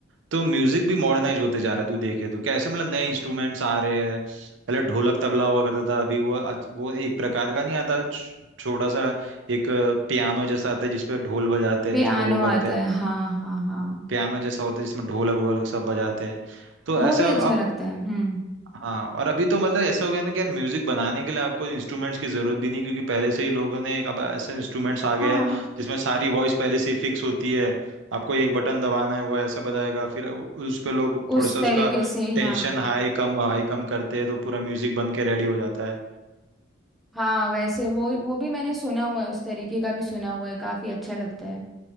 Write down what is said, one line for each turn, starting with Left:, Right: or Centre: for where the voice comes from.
Right: तो म्यूजिक भी मॉडर्नाइज होते जा रहा है तू देखे तो कैसे मतलब नए इंस्ट्रूमेंट्स आ रहे हैं पहले ढोलक तबला हुआ करता था अभी वो आज- वो एक प्रकार का नहीं आता छ- छोटा सा एक पियानो जैसा आता है जिसपे ढोल बजाते हैं
Centre: पियानो
Right: जिसपे वो करते
Centre: आता
Right: हैं
Centre: है हाँ हाँ हाँ
Right: पियानो जैसा होता है जिसमें ढोलक वोलक सब बजाते हैं तो
Centre: वो
Right: ऐसा
Centre: भी अच्छा
Right: अब
Centre: लगता है हम्म
Right: हाँ और अभी तो मतलब ऐसा हो गया ना कि यार म्यूजिक बनाने के लिए आपको इंस्ट्रूमेंट्स की जरूरत भी नहीं क्योंकि पहले से ही लोगों ने एक अब ऐसे इंस्ट्रूमेंट्स आ गए
Centre: हाँ
Right: हैं जिसमें सारी वॉइस पहले से ही फिक्स होती है आपको एक बटन दबाना है वो ऐसा बताएगा फिर उ- उस पे लोग
Centre: उस
Right: थोड़ा सा
Centre: तरीके
Right: उसका
Centre: से
Right: टेंशन
Centre: हाँ
Right: हाई कम हाई कम करते हैं तो पूरा म्यूजिक बन के रेडी हो जाता है
Centre: हाँ वैसे वो वो भी मैंने सुना हुआ है उस तरीके का भी सुना हुआ है काफी अच्छा लगता है